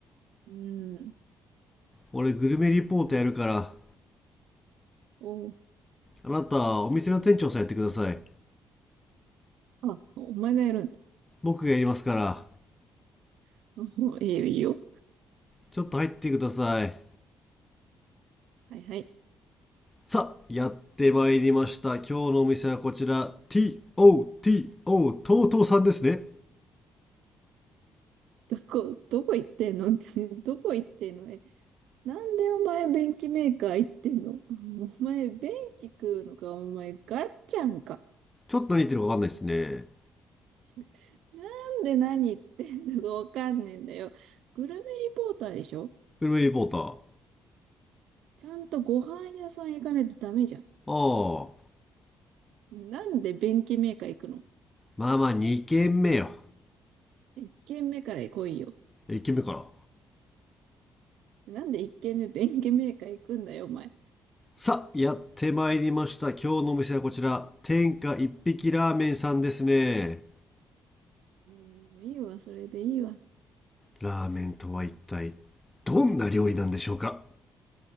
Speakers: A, on the right (about 85°); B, on the left (about 15°).
A: うーん。
B: 俺グルメリポートやるから
A: お、
B: あなたお店の店長さんやってください
A: あ、お前がやるんだ。
B: 僕がやりますから
A: <laughs> おいいよ、いいよ。
B: ちょっと入ってください
A: はいはい。
B: さあやってまいりました今日のお店はこちら TOTO とうとうさんですね
A: どこ、どこ行ってんの <laughs> どこ行ってんのえ、なんでお前便器メーカー行ってんのうん <laughs> お前便器食うのか、お前ガッチャンか。
B: ちょっと何言ってるか分かんないですね
A: <laughs> なんで何言ってんのかわかんねえんだよ。グルメリポーターでしょ
B: グルメリポーター
A: ちゃんとご飯屋さん行かないとダメじゃん。
B: ああ
A: なんで便器メーカー行くの
B: まあまあ2軒目よ
A: 一軒目から来いよ。
B: 1軒目から
A: なんで一軒目便器メーカー行くんだよ、お前。
B: さあやってまいりました今日のお店はこちら天下一匹ラーメンさんですね
A: うんもういいわ、それでいいわ。
B: ラーメンとは一体どんな料理なんでしょうか